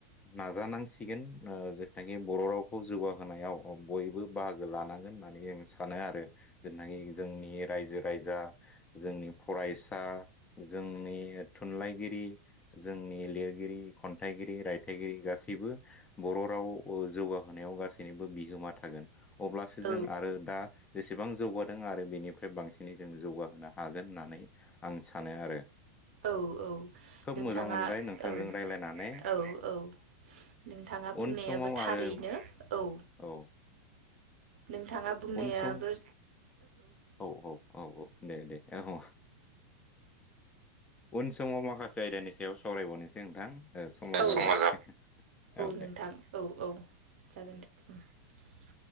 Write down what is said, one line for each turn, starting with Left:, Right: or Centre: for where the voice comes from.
Left: नाजानांसिगोन ओ जेनाखि बर' रावखौ जौगाहोनायाव बयबो बाहागो लानांगो गोन होननानै जों सानो आरो जेनाखि जोंनि रायजो राजा जोंनि फरायसा जोंनि थुनलाइगिरि जोंनि लिरगिरि खन्थाइगिरि रायथाइगिरि गासैबो बर' राव आव जौगाहोनायाव गासैनिबो बिहोमा थागोन अब्लासो
Right: औ
Left: जों आरो दा जेसेबां जौगादों आरो बेनिफ्राय बांसिनै जों जौगाहोनो हागोन होननानै आं सानो आरो
Right: औ औ
Left: खोब
Right: नोंथाङा
Left: मोजां मोनबाय नोंथांजों
Right: औ
Left: रायज्लायनानै
Right: औ औ नोंथाङा
Left: उन
Right: बुंनायाबो
Left: समाव
Right: थारैनो
Left: आरो
Right: औ
Left: औ
Right: नोंथाङा बुंनायाबो
Left: उन सम औ औ औ औ दे दे औ उन समाव माखासे आयदानि सायाव सावरायबावनोसै नोंथां ओ समाव
Right: औ
Left: जाबाय औ
Right: नोंथां
Left: दे
Right: औ औ <inaudible>